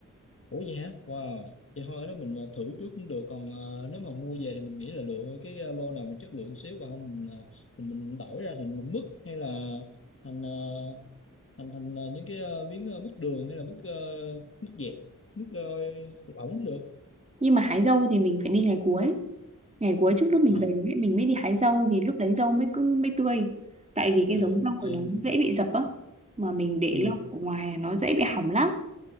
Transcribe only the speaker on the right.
nhưng mà hái dâu thì mình phải đi ngày cuối ngày cuối trước lúc mình
về ấy, mình mới đi hái dâu thì lúc đấy dâu mới cứ mới tươi tại vì cái
giống dâu
của nó
dễ bị dập á mà mình để
lâu ở ngoài là nó dễ bị hỏng lắm